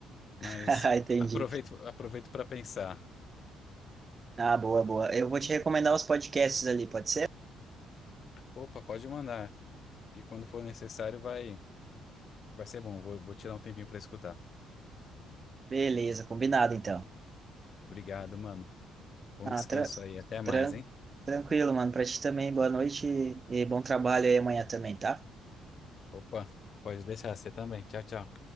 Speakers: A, on the left; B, on the right.
A: Mas
B: <laughs> Ah, Entendi.
A: aproveito, aproveito para pensar.
B: Ah, boa, boa. Eu vou te recomendar os podcasts ali, pode ser?
A: Opa, pode mandar, que quando for necessário vai, vai ser bom. Vou, vou tirar um tempinho para escutar.
B: Beleza, combinado então.
A: Obrigado, mano. Bom
B: Ah,
A: descanso
B: tra-
A: aí. Até mais,
B: tran-
A: hein?
B: tranquilo, mano. Pra ti também, boa noite e bom trabalho aí amanhã também, tá?
A: Opa, pode deixar você também. Tchau, tchau.